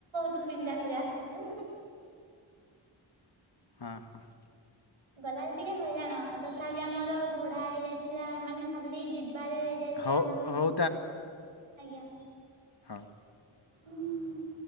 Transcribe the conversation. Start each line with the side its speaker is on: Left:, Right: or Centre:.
Right: ବେଳୁ ବିନ୍ଦାସରେ ଆସିଛୁ।
Left: ହଁ ହଁ ହଁ।
Right: ଗଲାବେଳେ ଟିକେ ହଇରାଣ ତଥାପି ଆମର ଭଡା ହେଇଯାଇଥିଲା ମାନେ ଖାଲି ଯିବାରେ ଯାଇଥିଲେ
Left: ହଉ
Right: ଆମର
Left: ହଉ
Right: ଆଜ୍ଞା।
Left: ହଁ।
Right: ହୁଁ।